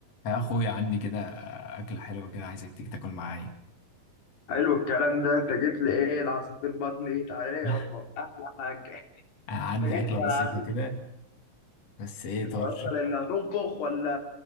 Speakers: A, on the left; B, on the left.
A: يا اخويا عندي كده اكله حلوه كده عايزك تيجي تاكل معايا
B: حلو الكلام ده انت جيت لي ايه العصافير بطني تعالى يابا
A: <laughs>
B: احلى حاجه
A: عندي
B: انت جيت
A: اكله
B: لي
A: بسيطه
B: ملعبي
A: كده بس ايه
B: انت
A: طرش
B: اصلا اللي هتطبخ ولا